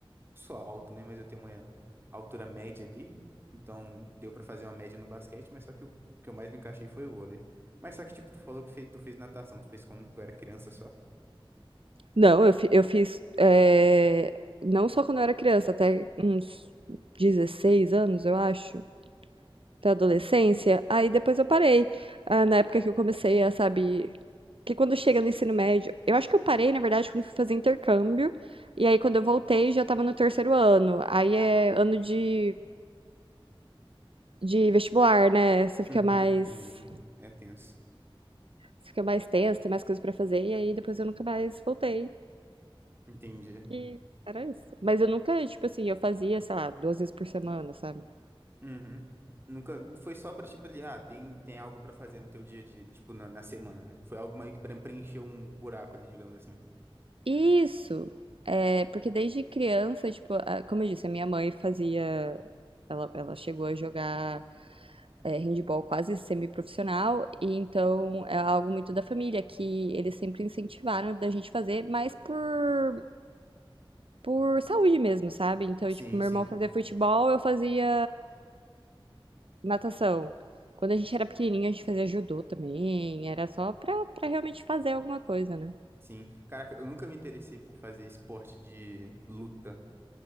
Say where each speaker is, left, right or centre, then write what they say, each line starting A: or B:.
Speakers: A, on the right; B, on the right.
A: sou alto, né? Mas eu tenho uma altura média ali, então deu pra fazer uma média no basquete, mas só que o que eu mais me encaixei foi o vôlei. Mas só que, tipo, tu falou que fez, tu fez natação, tu fez quando tu era criança só?
B: Não, eu, fi- eu fiz. eh, Não só quando eu era criança, até uns 16 anos, eu acho, até a adolescência. Aí depois eu parei. Ah, na época que eu comecei a, sabe. Que quando chega no ensino médio. Eu acho que eu parei, na verdade, quando fui fazer intercâmbio. E aí quando eu voltei, já tava no terceiro ano. Aí é ano de, de vestibular, né? Você fica
A: Uhum,
B: mais.
A: E nem é tenso.
B: fica mais tenso, tem mais coisas pra fazer, e aí depois eu nunca mais voltei.
A: Entendi.
B: E era isso. Mas eu nunca, tipo assim, eu fazia, sei lá, duas vezes por semana, sabe?
A: uhum. Nunca, foi só pra, tipo, ali, ah, tem, tem algo pra fazer no teu dia a dia, tipo, na, na semana, né? Foi algo meio que pra preencher um buraco ali, digamos assim.
B: Isso! É, porque desde criança, tipo, a- como eu disse, a minha mãe fazia. Ela, ela chegou a jogar é, handball quase semiprofissional, e então é algo muito da família, que eles sempre incentivaram da gente fazer, mas por, por saúde mesmo, sabe? Então,
A: Sim,
B: tipo, meu
A: sim,
B: irmão fazia futebol, eu fazia Natação. Quando a gente era pequenininho, a gente fazia judô também. Era só pra, pra realmente fazer alguma coisa, né?
A: sim. Caraca, eu nunca me interessei por fazer esporte de luta.